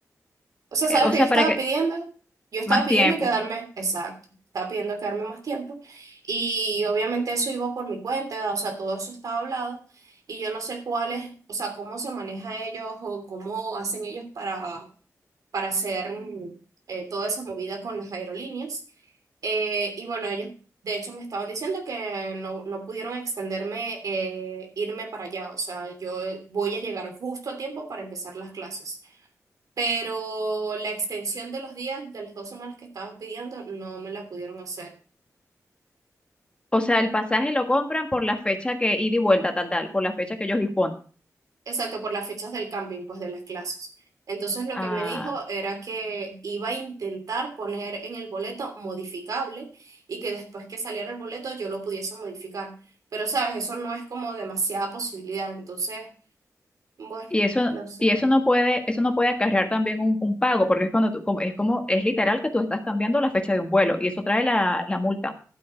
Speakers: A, on the right; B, on the left.
A: O sea,
B: eh,
A: ¿sabes
B: o
A: qué
B: sea,
A: yo estaba
B: para que...
A: pidiendo? Yo estaba
B: Más
A: pidiendo
B: tiempo.
A: quedarme, exacto, estaba pidiendo quedarme más tiempo y obviamente eso iba por mi cuenta, o sea, todo eso estaba hablado y yo no sé cuál es, o sea, cómo se maneja ellos o cómo hacen ellos para para hacer mm, eh, toda esa movida con las aerolíneas. Eh, y bueno, ellos de hecho me estaban diciendo que no, no pudieron extenderme, eh, irme para allá. O sea, yo voy a llegar justo a tiempo para empezar las clases. Pero la extensión de los días, de las dos semanas que estaba pidiendo, no me la pudieron hacer.
B: O sea, el pasaje lo compran por la fecha que ida y vuelta, tal, tal, por la fecha que ellos disponen.
A: Exacto, por las fechas del camping, pues de las clases. Entonces lo
B: Ah,
A: que me dijo era que iba a intentar poner en el boleto modificable y que después que saliera el boleto yo lo pudiese modificar. Pero sabes, eso no es como demasiada posibilidad. Entonces, bueno,
B: y eso,
A: no sé.
B: y eso no puede, eso no puede acarrear también un, un pago, porque es cuando tú, como, es como, es literal que tú estás cambiando la fecha de un vuelo, y eso trae la, la multa,